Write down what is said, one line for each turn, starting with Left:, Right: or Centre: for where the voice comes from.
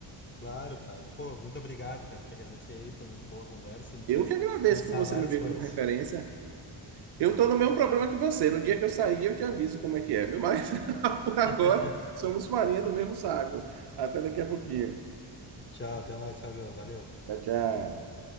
Left: claro, Fábio, pô, muito obrigado, cara, te agradecer aí, foi muito boa a conversa, me fez
Right: Eu que agradeço
Left: pensar
Right: por você
Left: várias
Right: me ver
Left: coisas.
Right: como referência. Eu estou no mesmo problema que você. No dia que eu sair, eu te aviso como é que é, viu? Mas <laughs> por agora,
Left: <laughs>
Right: somos farinha do mesmo saco. Até daqui a pouquinho.
Left: Tchau, até mais, Fábio, valeu.
Right: Tchau, tchau.